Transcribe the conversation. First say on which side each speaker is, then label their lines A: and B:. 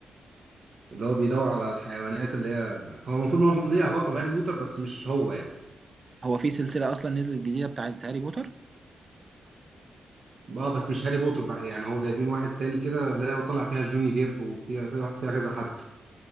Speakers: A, on the right (about 60°); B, on the right (about 35°).
A: اللي هو بيدور على الحيوانات اللي هي هو المفروض إن هو ليه علاقة بهاري بوتر بس مش هو يعني
B: هو في سلسلة أصلا نزلت جديدة بتاعت هاري بوتر
A: اه بس مش هاري بوتر بقى يعني هو جايبين واحد تاني كده اللي هي طلع فيها جوني ديب وفيها طلع فيها كذا حد